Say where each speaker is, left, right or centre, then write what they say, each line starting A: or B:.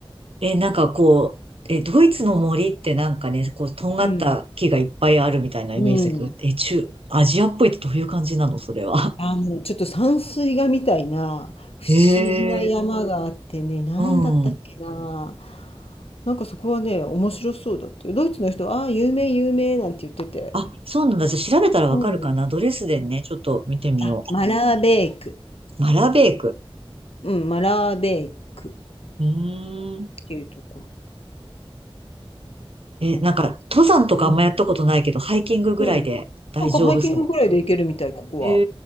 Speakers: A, on the right; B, on the left.
A: え、なんかこう、え、ドイツの森ってなんかね、こう、とんがった木がいっぱいあるみたいなイメージだけど、
B: うん。うん。
A: え、中、アジアっぽいってどういう感じなのそれは。
B: あの、ちょっと山水画みたいな不思議な山があってね、
A: ええ
B: なんだったっけな。
A: うん。
B: なんかそこはね、面白そうだって。ドイツの人、ああ、有名、有名なんて言ってて。
A: あ、そうなんだ。じゃあ調べたらわかるかな。
B: うん。
A: ドレスデンね、ちょっと見てみよ
B: あ、マラーベーク。
A: う。マラベーク。
B: うん、マラーベークっ
A: うーん。
B: ていうところ。
A: え、
B: なんかね。
A: なんか、登山とかあんまやったことないけど、
B: うん。
A: ハイキングぐらいで大丈夫そ
B: うん。なんかハイキングぐらいで行けるみたい、ここは。
A: う。